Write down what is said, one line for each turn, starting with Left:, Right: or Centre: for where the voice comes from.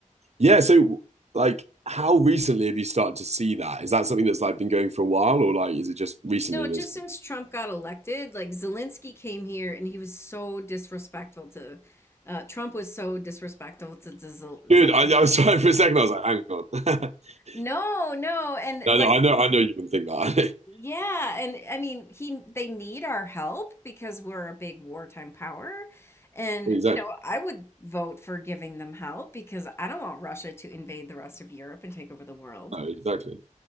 Right: Yeah, so like how recently have you started to see that? Is that something that's like been going for a while or like is it just recently
Left: No, just
Right: that's
Left: since Trump got elected, like Zelensky came here and he was so disrespectful to uh, Trump was so disrespectful to, to Zelensky.
Right: dude, I, I was <laughs> sorry for a second, I was like, hang on. <laughs>
Left: No, no, and
Right: No,
Left: like
Right: no, I know I know you can think that. <laughs>
Left: Yeah, and I mean, he they need our help because we're a big wartime power. And,
Right: Exactly.
Left: you know, I would vote for giving them help because I don't want Russia to invade the rest of Europe and take over the world.
Right: No, exactly.